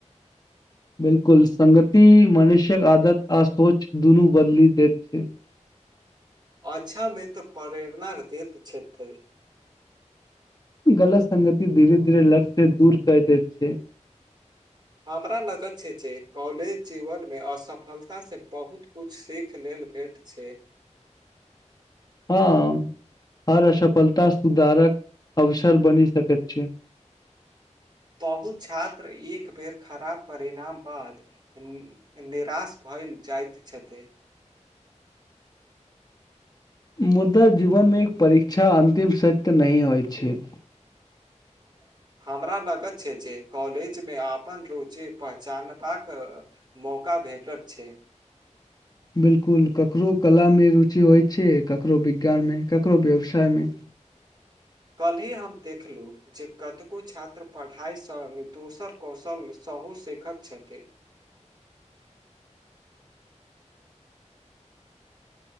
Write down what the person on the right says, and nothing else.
अच्छा मित्र प्रेरणा रतित छथि
हमरा लगेत छै कॉलज जीवन मे असफलता से बहुत कुछ सीखऽ लेल भेट छै
<inaudible> बहुत छात्र एक बेर खराब परिणाम बाद निराश भऽ भइल जाइत छथि
हमरा लगत छै जे कॉलेजमे आपन रुचि पहचानबाक मौका भेटत छै
<inaudible> कल्हि हम देखलहुँ जे कतको छात्र पढ़ाइसँ दोसर कौशलसँ बहुत सिखत छथि।